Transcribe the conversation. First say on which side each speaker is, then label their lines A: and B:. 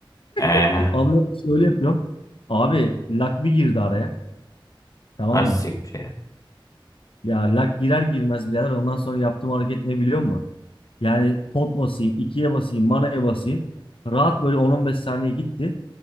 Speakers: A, on the left; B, on the left.
A: ee,
B: <laughs> Anlıyorum öyle yapıyorum. Abi lak bir girdi araya. Tamam
A: az
B: mı?
A: siktir.
B: Ya lak girer girmez birader ondan sonra yaptığım hareket ne biliyor musun? Yani pot basayım, ikiye basayım, manaya basayım. Rahat böyle 10-15 saniye gitti.